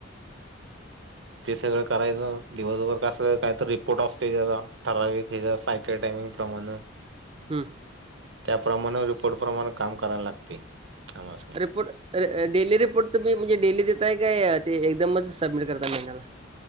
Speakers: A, on the right; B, on the right.
A: ते सगळं करायचं, दिवसभर कस काय तो रिपोर्ट असतोय त्याचा ठराविक ह्याच्या सायकल टायमिंग प्रमाण
B: हम्म.
A: त्याप्रमाण रिपोर्ट प्रमाण काम करायला लागते आम्हांसनी.
B: रिपोर्ट अ अ डेली रिपोर्ट तुम्ही म्हणजे डेली देताय काय ते एकदमच सबमिट करताय महिन्याला?